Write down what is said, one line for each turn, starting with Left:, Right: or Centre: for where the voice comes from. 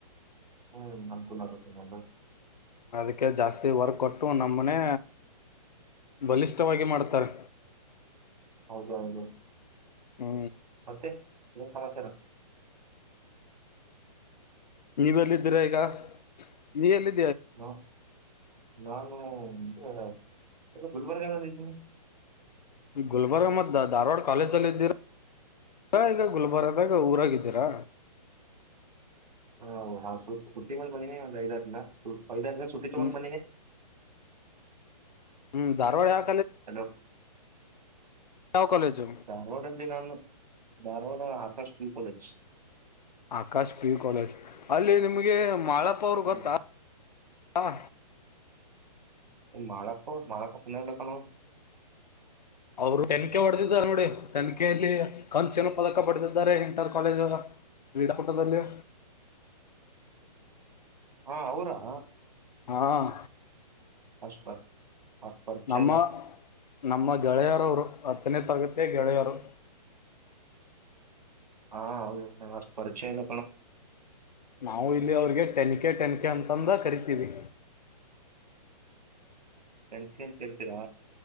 Right: ಹ್ಮ ನಮ್ಕೂಲ್ಲಾರತನಲ್ಲ
Left: ಅದಕ್ಕೆ ಜಾಸ್ತಿ ವರ್ಕ್ ಕೊಟ್ಟು ನಮ್ಮನೆ ಬಲಿಷ್ಠವಾಗಿ ಮಾಡ್ತಾರೆ
Right: ಹೌದ ಅೌದುೇ
Left: ಹ್ಮ
Right: ಮತ್ತೆ ಕನ್ ಸಮಾಚಾರ
Left: ನೀವೆಲ್ಲಿದ್ದೀರಾ ಈಗ ನೀ ಎಲ್ಲಿ
Right: ನಾ ನಾನು ಹ ಗುಲ್ಬರ್ಗ ಜಲ್ಲಿ ತಿ
Left: ಈ ಗುಲ್ಬರ್ಗ ಮ ಧಾರವಾಡ ಕಾಲೇಜ ಅಲ್ಲಿ ಇದ್ದೀರಾ ಈಗ ಗುಲ್ಬರ್ದಾಗ ಊರಾಗಿದ್ದೀರಾ
Right: ಹೌ ಹ ಹುಟ್ಟಿ ಮಲ್ ಬಂದನಿ ಒಂದ್ ಐದಾರು ದಿನ ಹ್ಮ ಹದ ಸುಟ್ಟಿ ತಗೊಂಡ
Left: ಹ್ಮ್
Right: ಬನ್ನಿ ನೀ
Left: ಹ್ಮ್ ಧಾರವಾಡಿಯ ಆ
Right: ಹಲೋ
Left: ಯಾವ ಕಾಲೇಜು
Right: ಧಾರವಾಡ ಎ ದಿನ ಧಾರವಾಡ ಹ ಸ್ಕೂ ಕಜ
Left: ಆಕಾಶ್ ಪಿ ಯು ಕಾಲೇಜ್ ಅಲ್ಲಿ ನಿಮ್ಗೆ ಮಾಳಪ್ಪ ಅವರು
Right: ಹ್ಮ್
Left: ಗೊತ್ತಾ ಹ
Right: ಮಳಕ್ಕ ಮಳಪೊನಲ್ಲಕ್ಕಣ
Left: ಅವರು ತೆನಖೆ ಹೊಡೆದಿದ್ದಾರೆ ನೋಡಿ ತೆನ್ಖೆಯಲ್ಲಿ ಕಂಚಿನ ಪದಕ ಪಡೆದಿದ್ದಾರೆ ಇಂಟರ್ ಕಾಲೇಜ್ ಕ್ರೀಡಾಕೂಟದಲ್ಲಿ
Right: ಹಾ ಅವರಾ
Left: ಹಾಂ
Right: ಹಷ್ಟ ಬರ್ ಅಷ್ಟ್ ಪರಿಚಯ
Left: ನಮ್ಮ
Right: ಇಲ್ಲ
Left: ನಮ್ಮ ಗೆಳೆಯರವರು ಅತ್ತನೇ ತರಗತಿಯಾಗಿ ಏಳೆಯ ಆರುು
Right: ಹಾ ಹೌದು ಮಷ್ಟು ಪರಿಚಯಲ್ಲ
Left: ನಾವು ಇಲ್ಲಿ ಅವ್ರಿಗೆ ಟೆನ್ಕೆ ಟೆನ್ಕೆ ಅಂತ ತಂಬ ಕರಿತೀವಿ
Right: ಸಂಂತ ಅಂತ ಹೇಳ್ತೀರಾ